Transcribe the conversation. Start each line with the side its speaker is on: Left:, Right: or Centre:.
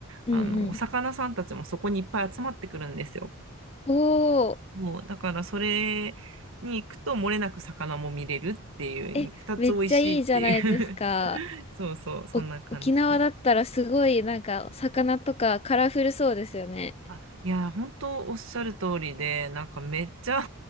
Left: うんうん。
Right: あの、お魚さんたちもそこにいっぱい集まってくるんですよ。
Left: おお、
Right: もう、だからそれに行くと漏れなく魚も見れるっていう、
Left: え、
Right: 二つ美味しいっていう
Left: めっちゃいいじゃないですか。
Right: <laughs> そうそう、そんな感じで。
Left: お、沖縄だったらすごい、なんか、魚とかカラフルそうですよね。
Right: あ、いや、本当おっしゃる通りで、なんかめっちゃ